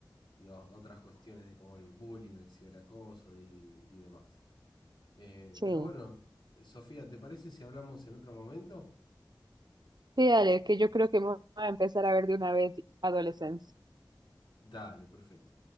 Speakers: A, on the left; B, on the right.
A: y o- otras cuestiones de como el bullying, el ciberacoso y, y demás. Eh,
B: Sí.
A: pero bueno, Sofía, ¿te parece si hablamos en otro momento?
B: Sí, dale, que yo creo que me voy a empezar a ver de una vez Adolescence.
A: Dale, perfecto.